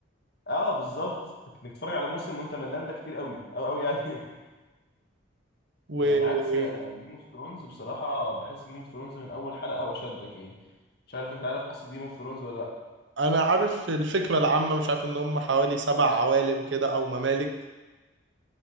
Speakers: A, on the left; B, on the right.
A: اه بالظبط انك تتفرج على موسم وانت ملان ده كتير قوي قوي قوي يعني <laughs>
B: وانا
A: يعني عكس جيم اوف ثرونز بصراحة بحس جيم اوف ثرونز من اول حلقة هو شدك يعني مش عارف انت عارف قصة جيم اوف ثرونز ولا لا
B: عارف الفكره العامه مش عارف ان هم حوالي سبع عوالم كده او ممالك